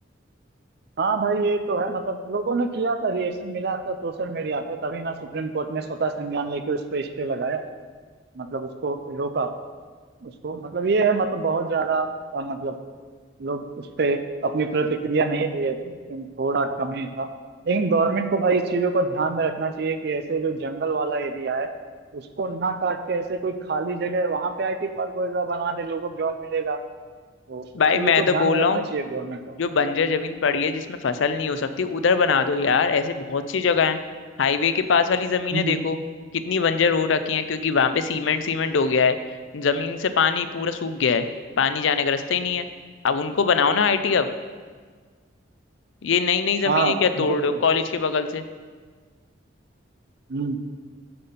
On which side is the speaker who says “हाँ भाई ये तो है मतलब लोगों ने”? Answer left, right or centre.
Right